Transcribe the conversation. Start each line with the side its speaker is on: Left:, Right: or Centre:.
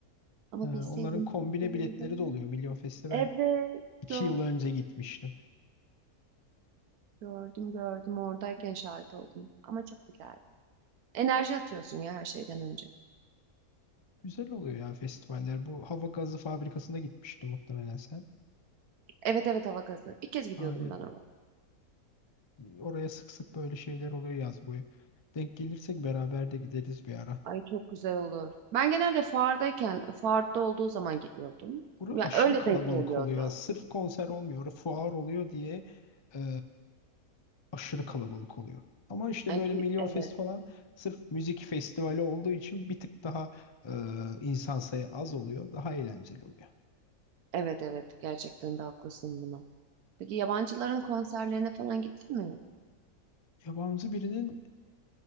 Right: Ama
Left: Ee, onların
Right: bilseydim.
Left: kombine
Right: <laughs>
Left: biletleri de oluyor. Milyon Fest'e ben
Right: Evet
Left: iki
Right: gördüm.
Left: yıl önce gitmiştim.
Right: Gördüm gördüm oradayken şahit oldum. Ama çok güzeldi. Enerji atıyorsun ya her şeyden önce.
Left: Güzel oluyor ya festivaller. Bu hava gazı fabrikasında gitmiştim muhtemelen sen.
Right: Evet evet hava gazı. İlk kez gidiyordum
Left: Aynen.
Right: ben oraya.
Left: Oraya sık sık böyle şeyler oluyor yaz boyu. Denk gelirsek beraber de gideriz bir ara.
Right: Ay çok güzel olur. Ben genelde fuardayken, fuarda olduğu zaman gidiyordum.
Left: Orası
Right: Ya
Left: aşırı
Right: öyle
Left: kalabalık
Right: denk geliyordu.
Left: oluyor. Sırf konser olmuyor. Orası fuar oluyor diye e, aşırı kalabalık oluyor. Ama işte
Right: Yani
Left: böyle
Right: ki-
Left: Milyon
Right: evet,
Left: Fest falan sırf müzik festivali olduğu için bir tık daha e, insan sayı az oluyor. Daha eğlenceli oluyor.
Right: evet, evet. Gerçekten de haklısın buna. Peki yabancıların konserlerine falan gittin mi?
Left: Yabancı birinin